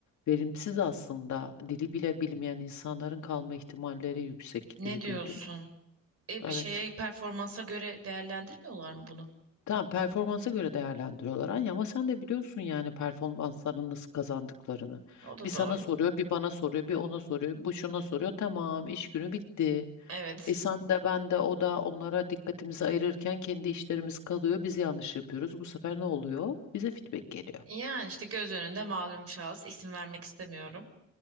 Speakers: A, on the left; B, on the right.
A: verimsiz aslında dili bile bilmeyen insanların kalma ihtimalleri yüksek
B: Ne
A: diye
B: diyorsun?
A: duydum.
B: E,
A: Evet.
B: bir şeye performansa göre değerlendirmiyorlar mı bunu?
A: Tamam performansa göre değerlendiriyorlar Anya, ama sen de biliyorsun yani performansların nasıl kazandıklarını.
B: O da
A: Bir sana
B: doğru.
A: soruyor, bir bana soruyor, bir ona soruyor, bu şuna soruyor. Tamam iş günü bitti.
B: Evet.
A: E sen de ben de o da onlara dikkatimizi ayırırken kendi işlerimiz kalıyor. Biz yanlış yapıyoruz. Bu sefer ne oluyor? Bize feedback geliyor.
B: Yani işte göz önünde malum şahıs isim vermek istemiyorum.